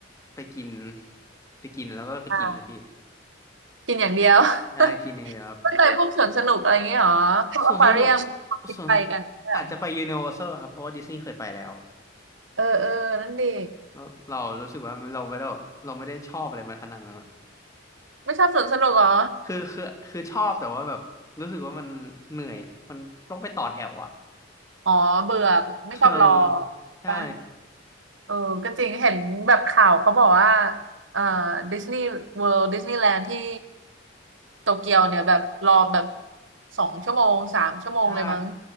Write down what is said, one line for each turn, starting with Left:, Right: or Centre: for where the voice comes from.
Left: ไปกินไปกินแล้วก็ไปกินนะพี่
Right: อ่ากินอย่างเดียว
Left: ใช่กินเองเลยครับ
Right: <laughs> ไม่ไป <laughs> พวกสวนสนุกอะไรอย่างเงี้ยหรอพวกอควาเรียม
Left: ส่วนสนุก
Right: คิดไปกันไม่เหรอ
Left: ส่วนอาจจะไปยูนิเวอร์แซลครับเพราะว่าดิสนีย์เคยไปแล้ว
Right: เออเออนั่นดิ
Left: แล้วเรารู้สึกว่าเราไม่ได้เราไม่ได้ชอบอะไรมันขนาดนั้น
Right: ไม่ชอบสวนสนุกเหรอ
Left: คือคือคือชอบแต่ว่าแบบรู้สึกว่ามันเหนื่อยอะมันต้องไปต่อแถวอ่ะ
Right: อ๋อเบื่อไม่ชอบรอ
Left: เออใช่
Right: ปะ เออก็จริงเห็นแบบข่าวเขาบอกว่าเอ่อดิสนีย์เวิลด์ดิสนีย์แลนด์ที่โตเกียวเนี่ยแบบรอแบบสองชั่วโมงสามชั่วโมงเลยมั้ง
Left: ใช่